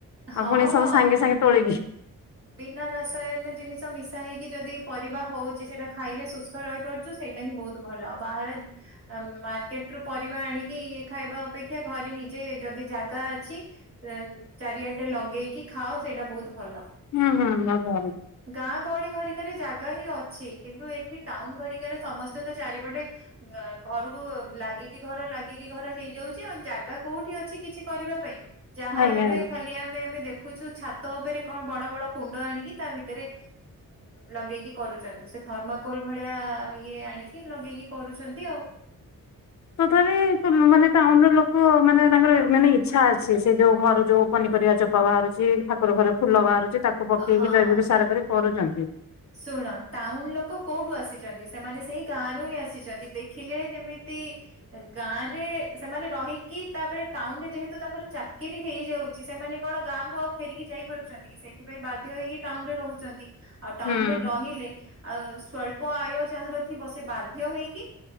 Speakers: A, on the right; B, on the left.
A: ହଁ
B: ଆଉ ପୁଣି
A: ହଁ।
B: ସବୁ ସାଙ୍ଗେ ସାଙ୍ଗେ ତୋଳିକି।
A: ବିନା ରାସାୟନ ଜିନିଷ ମିଶା ହେଇକି ଯଦି ପରିବା ହଉଛି ସେଇଟା ଖାଇଲେ ସୁସ୍ଥ ରହିପାରୁଛୁ ସେଇ ଟା ହିଁ ବହୁତ ଭଲ ଆଉ ବାହାରେ ମାର୍କେଟ ରୁ ପରିବା ଆଣିକି ଇ ଖାଇବା ଅପେକ୍ଷା ଘରେ ନିଜେ ଯଦି ଜାଗା ଅଛି ଚାରିଆଡେ ଲଗେଇକି ଖାଅ ସେଇଟା ବହୁତ ଭଲ।
B: ହୁଁ ହୁଁ ଲଗା
A: ଗାଁ ଗହଳି ଘରିକାରେ ଜାଗା ହିଁ ଅଛି କିନ୍ତୁ ଏଠି ଟାଉନ ଘରିକାରେ ସମସ୍ତେ ତ ଚାରିପଟେ ଅ ଘରକୁ ଲାଗିକି ଘର ଲାଗିକି ଘର ହେଇଯାଉଛି ଆଉ ଜାଗା କୋଉଁଠି ଅଛି କିଛି କରିବା ପାଇଁ। ଯାହା
B: ଆଜ୍ଞା
A: ଏବେ
B: ଆଜ୍ଞା
A: ଖାଲି ଆମେ ଆମେ ଦେଖୁଛୁ ଛାତ ଉପରେ କଣ ବଡ଼ ବଡ଼ କୁଣ୍ଡ ଆଣିକି ତା ଭିତରେ ଲଗେଇକି କରୁଛନ୍ତି ସେ ଥର୍ମାକୋଲ ଭଳିଆ ଇଏ ଆଣିକି ଲଗେଇକି କରୁଛନ୍ତି ଆଉ
B: ତଥାପି ମାନେ ଟାଉନ ର ଲୋକ ମାନେ ତାଙ୍କର ମାନେ ଇଚ୍ଛା ଅଛି ସେ ଯୋଉଁ ଘର ଯୋଉଁ ପନିପରିବା ଚୋପା ବାହାରୁଛି ଠାକୁର ଘରେ ଫୁଲ ବାହାରୁଛି ତାକୁ ପକେଇକି
A: ହଁ।
B: ଜୈବିକ ସାର କରି କରୁଛନ୍ତି।
A: ଶୁଣ ଟାଉନ ଲୋକ କୋଉଁଠୁ ଆସିଛନ୍ତି ସେମାନେ ସେଇ ଗାଁ ର ହିଁ ଆସିଛନ୍ତି ଦେଖିଲେ ଯେମିତି ଗାଁ ରେ ସେମାନେ ରହିକି ତାପରେ ଟାଉନ ରେ ଯେହେତୁ ତାଙ୍କର ଚାକିରି ହେଇଯାଉ ସେମାନେ କଣ ଗାଁକୁ ଆଉ ଫେରିକି ଯାଇପାରୁଛନ୍ତି କି ସେଠ ସେଥିପାଇଁ ବାଧ୍ୟ ହେଇକି ଟାଉନରେ ରହୁଛନ୍ତି ଆଉ ଟାଉନରେ
B: ହୁଁ
A: ରହିଲେ ଆଉ ସ୍ଵଳ୍ପ ଆୟ ଯାହାର ଥିବ ସେ ବାଧ୍ୟ ହେଇକି